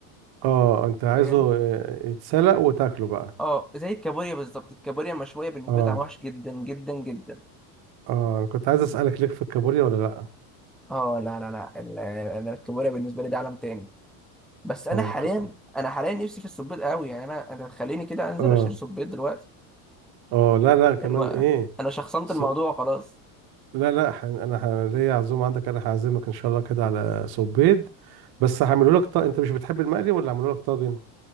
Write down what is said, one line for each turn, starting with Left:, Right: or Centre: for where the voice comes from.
Right: اه انت عايزه
Centre: فاهم
Right: آه، يتسلق وتاكله بقى
Centre: اه زي الكابوريا بالظبط الكابوريا مشويه بالنسبه
Right: اه
Centre: لي طعمها وحش جدا جدا جدا
Right: اه انا كنت عايز اسألك ليك في الكابوريا ولا لا
Centre: اه لا لا لا ال- انا الكابوريا بالنسبه لي ده عالم تاني بس انا
Right: اه
Centre: حاليا
Right: خ-
Centre: انا حاليا نفسي في السبيط قوي يعني انا انا خليني كده انزل
Right: اه
Centre: اشتري سبيط دلوقتي
Right: اه لا لا كمان
Centre: الم...
Right: ايه
Centre: انا شخصنت
Right: س...
Centre: الموضوع خلاص
Right: لا لا ح... انا ح... ليا عزومة عندك انا هعزمك ان شاء الله كده على سبيد بس هعمله لك ط... انت مش بتحب المقلي ولا هعمله لك طاجن